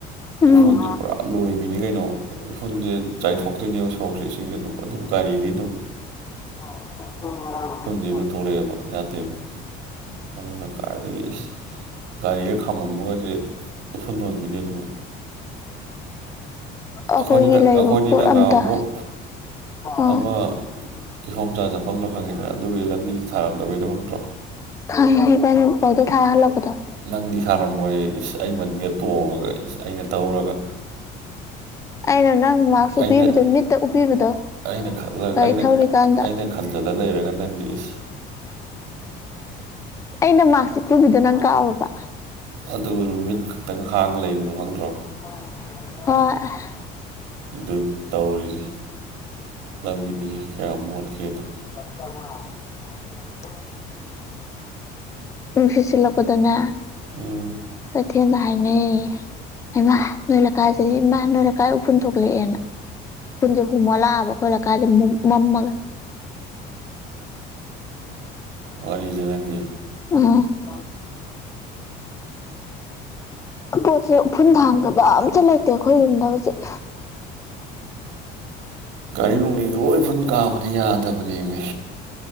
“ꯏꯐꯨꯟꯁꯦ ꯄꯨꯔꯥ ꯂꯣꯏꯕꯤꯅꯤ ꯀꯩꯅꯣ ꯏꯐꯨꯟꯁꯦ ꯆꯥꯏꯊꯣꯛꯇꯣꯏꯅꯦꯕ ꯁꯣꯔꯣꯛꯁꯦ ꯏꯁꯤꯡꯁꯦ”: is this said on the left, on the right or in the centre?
Right